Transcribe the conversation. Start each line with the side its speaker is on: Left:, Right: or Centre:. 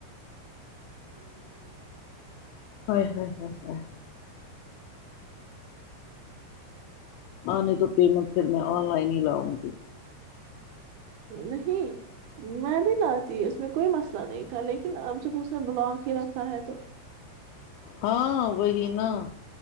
Left: ہاے ہاے ہاے ہاے آنے دو پیمنٹ پھر میں آن لائن ہی لاؤں گی
Right: نہیں میں بھی لاتی اس میں کوئی مسئلہ نہیں تھا لیکن اب جب اس نے بلاگ ہی رکھا ہے تو
Left: ہاں وہی نا